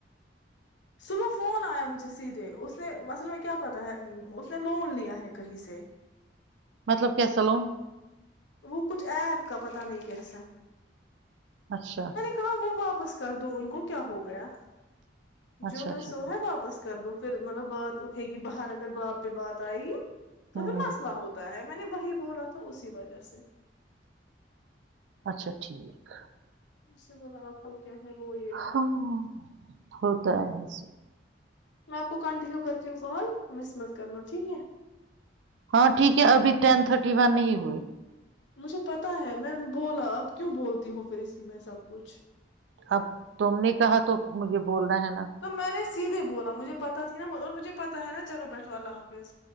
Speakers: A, on the left; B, on the right.
A: صبح فون آیا مجھے سیدھے اس نے مصل میں کیا پتا ہے اس نے لون لیا ہے کہیں سے
B: مطلب کیا سلون
A: وہ کچھ ایپ کا پت نہیں کیسا
B: اچھا
A: کہم واپس کر دو ان کو کیا ہو گیا
B: اچھا
A: جو ہے
B: اچھا
A: سو
B: ٹھیک
A: ہے واپس کر دو <inaudible> پھر مطلب بات اٹھے گی باہر اگر باپ پہ بات آئے <inaudible> تو
B: ہوں
A: پھر مسئلہ ہوتا ہے <inaudible> میں نے وہی بولا تھا اسی وجہ سے <inaudible>
B: اچھا ٹھیک <inaudible>
A: اسھ سے بول آپ <inaudible> ہے وہ یہ
B: ہاں ہوتا ہے ایسے <inaudible>
A: میں آ کو کنٹنیو کرتی کال مس مز کرنو ٹھیک ہے <inaudible>
B: ہاں ٹھیک ہے ابھی ٹین تھرٹی ون نہیں ہوئے <inaudible>
A: مجھے پتا ہے میں بولا اب کیوں بولتی ہو پھر اسی میں سب کچھ <inaudible>
B: اب تم نے کہا تو مجھے بولنا ہے نا <inaudible>
A: تو میں نے سیدھے بولتے <inaudible> مجھے پتاہ نا اور مجھے پتا ہے نا چلو بیٹھو اللہ حافظ